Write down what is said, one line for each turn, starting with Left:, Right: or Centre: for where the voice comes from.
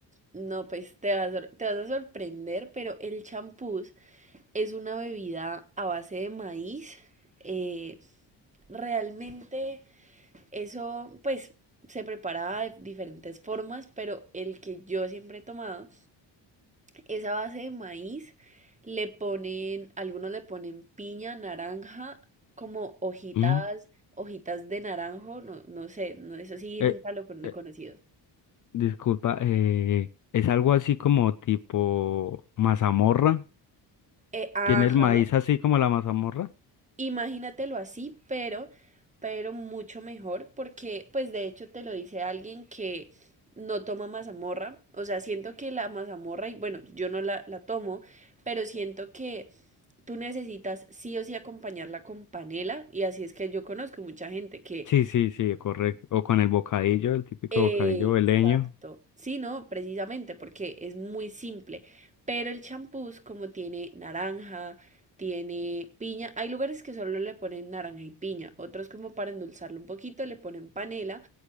Right: no, pues te vas, a- te vas a sorprender, pero el champús es una bebida a base de maíz. eh, realmente Eso, pues, se prepara de diferentes formas, pero el que yo siempre he tomado es a base de maíz. Le ponen, algunos le ponen piña, naranja, como hojitas,
Left: Mm,
Right: hojitas de naranjo, no, no sé, no, eso sí,
Left: eh,
Right: nunca lo
Left: eh,
Right: he conocido.
Left: disculpa, eh, es algo así como tipo mazamorra.
Right: Eh, ajá,
Left: ¿Tiene el maíz así como la mazamorra?
Right: Imagínatelo así, pero, pero mucho mejor, porque pues de hecho te lo dice alguien que no toma mazamorra, o sea, siento que la mazamorra, y bueno, yo no la, la tomo, pero siento que tú necesitas sí o sí acompañarla con panela, y así es que yo conozco mucha gente que
Left: Sí, sí, sí, correcto. O con el bocadillo, el típico
Right: Exacto.
Left: bocadillo veleño.
Right: Sí, no, precisamente porque es muy simple. Pero el champús, como tiene naranja, tiene piña, hay lugares que solo le ponen naranja y piña, otros como para endulzarlo un poquito le ponen panela,